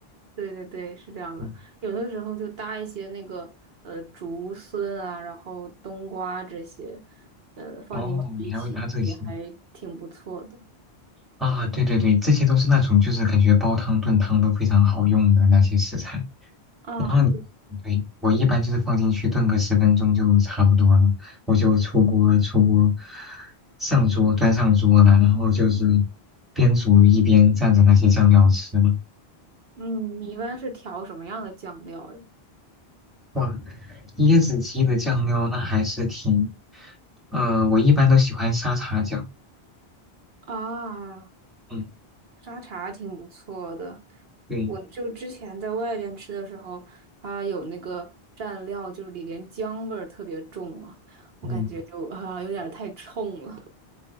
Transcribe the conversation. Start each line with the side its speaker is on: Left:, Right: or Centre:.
Right: 对对对，是这样的。
Centre: 嗯
Right: 有的时候就搭一些那个呃竹荪啊，然后冬瓜这些，呃放进去一起也还挺不错的
Centre: 哦，你还会搭这些啊？对对对，这些都是那种就是感觉煲汤炖汤都非常好用的那些食材。
Right: 啊。
Centre: 然后你，
Right: 对，
Centre: 对，我一般就是放进去炖个十分钟就差不多了，我就出锅出锅，上桌端上桌了，然后就是边煮一边蘸着那些酱料吃嘛。
Right: 嗯，你一般是调什么样的酱料呀？
Centre: 哇，椰子鸡的酱料那还是挺，呃，我一般都喜欢沙茶酱。
Right: 啊，
Centre: 嗯，
Right: 沙茶挺不错的。
Centre: 对，
Right: 我就之前在外边吃的时候，它有那个蘸料，就是里边姜味儿特别重啊，我感觉就啊有点儿太冲了。
Centre: 嗯。